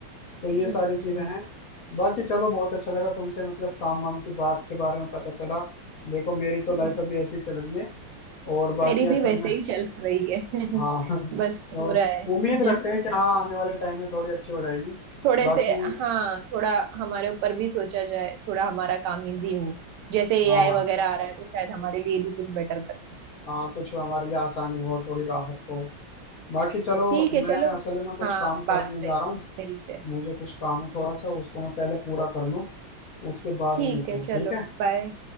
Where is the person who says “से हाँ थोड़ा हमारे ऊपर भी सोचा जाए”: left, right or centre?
Right